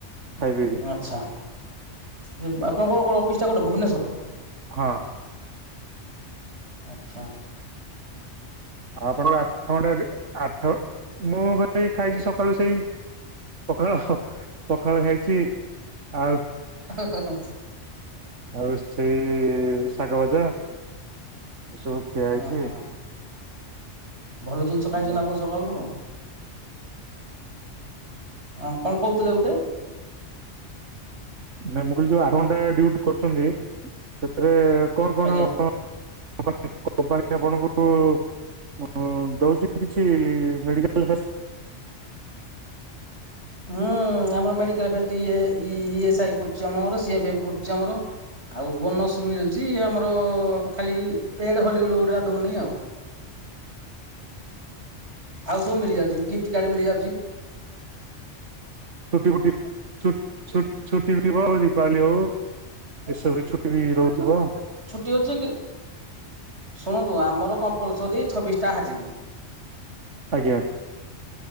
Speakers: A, on the right; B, on the right.
A: ଖାଇ ପିଇକି
B: ଆଛା ଏ ଆପଙ୍କ କଣ ଅଫିସଟା କୋଉଠି ଭୁବନେଶ୍ୱର।
A: ହଁ।
B: ଆଛା।
A: ଆପଣଙ୍କ ଆଠ ଘଣ୍ଟା ଡ୍ୟୁଟି ଆ ଠ ମୁଁ ଭାଇ ଖାଇଚି ସକାଳୁ ସେଇ ପଖାଳ। ପଖାଳ ଖାଇଚି ଆଉ
B: ଅ ହ।
A: ଆଉ ସେ ଶାଗ ଭଜା ଏସବୁ ଖିଆ ହେଇଚି।
B: ଓହୋ ଭଲ ଜିନଷ ଖାଇଚନ୍ତି
A: ଆଉ
B: ଆପଣ ସ କଇବ ଅ କଣ କହୁଥିଲେ ଗୁଟେ?
A: ନା ମୁଁ କହିଲି ଯୋଉ ଆଠ ଘଣ୍ଟା ଡ୍ୟୁଟି କରୁଚନ୍ତି ସେଥିରେ କଣ କଣ
B: ଆଜ୍ଞା
A: <inaudible> କମ୍ପାନୀ ଆପଣଙ୍କୁ ହଁ ଦଉଚି କିଛି ମେଡ଼ିକାଲ ଫାଶ୍
B: ମୁଁ ଆମର ମେଡିକାଲ ଫାଷ୍ଟି ଇଏ ଇ ଏସ ଆଇ କରୁଚି ଆମର ସି ଏଫ୍ ଏଫ୍ କରୁଚି ଆମର। ଆଉ ବୋନସ ମିଳିଚି ଆମର ଖାଲି ପେଡ ହଲିଉଡ଼ଡୁ ରା ଦଉନି ଆଉ। ଆଉ ସବୁ ମିଳିଯାଉଚି ଗିଫ୍ଟ କାର୍ଡ ମିଳିଯାଉଚି।
A: ଛୁଟିଫୁଟି ଛୁ ଛୁ ଛୁଟି ଥିବ ଦୀପାବଳି ହୋଉ। ଏସବୁ ଛୁଟି ବି ରହୁଥିବ।
B: ଟିଅଛି କି? ଶୁଣନ୍ତୁ ଆମର କମ୍ପଲସରୀ ଛବିଶଟା ହାଜିରୀ।
A: ଆଜ୍ଞା।